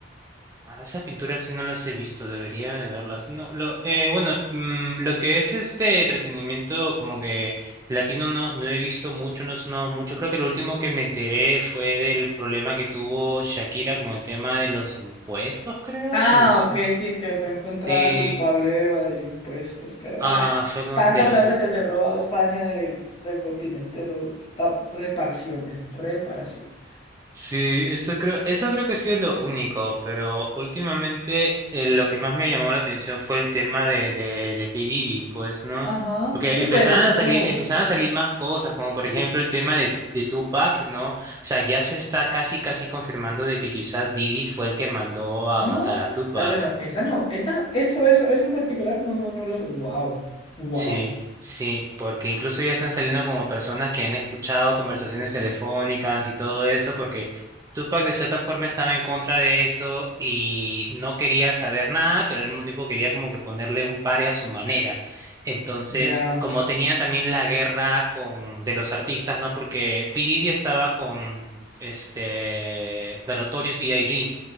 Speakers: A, on the right; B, on the left.
A: ah, Esas pinturas sí no las he visto, debería de verlas. No, lo, eh, bueno, mm, lo que es este entretenimiento como que latino no, no he visto mucho, no es no mucho. Creo que lo último que me enteré fue del problema que tuvo Shakira con el tema de los impuestos, creo,
B: Ah,
A: con el tema
B: ok, sí, que fue encontrada
A: Sí,
B: culpable de evadir impuestos, pero
A: ah,
B: ah,
A: fue con-
B: tanta
A: de los...
B: plata
A: Sim-
B: que se ha robado España del, del continente, eso está, reparaciones, reparaciones.
A: Sí, eso creo, eso creo que ha sido lo único, pero últimamente eh, lo que más me llamó la atención fue el tema de, de, de P. Diddy, pues, ¿no?
B: Ajá,
A: Porque
B: sí,
A: empezaban
B: pues es
A: a
B: como,
A: salir, empezaban a salir más cosas, como por
B: y,
A: ejemplo el tema de, de Tupac, ¿no? O sea, ya se está casi, casi confirmando de que quizás Diddy fue el que mandó a
B: ¡Ah!
A: matar a Tupac.
B: ay, bueno, esa no, esa, eso, eso, eso en particular, no, no los, wow, wow,
A: Sí, sí, porque incluso ya están saliendo como personas que han escuchado conversaciones telefónicas y todo eso, porque Tupac de cierta forma estaba en contra de eso y no quería saber nada, pero al mismo tiempo quería como que ponerle un pare a su manera. Entonces,
B: ya,
A: como tenían también la guerra con de los artistas, ¿no? Porque P. Diddy estaba con este The Notorious B I G